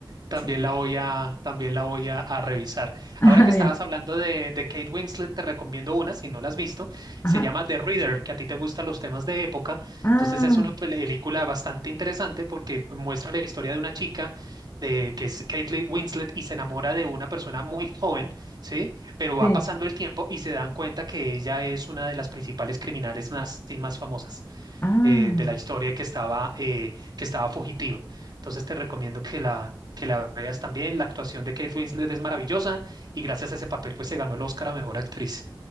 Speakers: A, on the right; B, on the left.
A: también
B: Sí.
A: la voy a, también la voy a, a revisar.
B: <laughs> Ah,
A: Ahora que estabas
B: Bien,
A: hablando de, de Kate Winslet, te recomiendo una, si no la has visto,
B: ajá.
A: se llama The Reader, que a ti te gustan los temas de época.
B: Ah,
A: Entonces es una pel- película bastante interesante porque muestra la historia de una chica. De, que es Kate Winslet y se enamora de una persona muy joven, ¿sí? Pero va
B: sí,
A: pasando el tiempo y se dan cuenta que ella es una de las principales criminales más, más famosas
B: ah.
A: eh, de la historia y que estaba, eh, que estaba fugitiva. Entonces te recomiendo que la, que la veas también. La actuación de Kate Winslet es maravillosa y gracias a ese papel pues se ganó el Oscar a Mejor Actriz.